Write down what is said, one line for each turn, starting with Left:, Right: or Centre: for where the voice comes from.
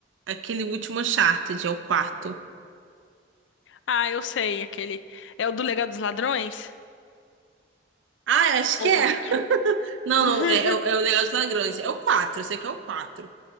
Right: aquele último Uncharted, é o quarto.
Left: Ah, eu sei, aquele. É o do Legado dos Ladrões?
Right: Ah, eu acho
Left: Ou
Right: que é.
Left: outro?
Right: Não,
Left: <laughs>
Right: não, é, é, o é o Legal dos Ladrões. É o quatro eu sei que é o quatro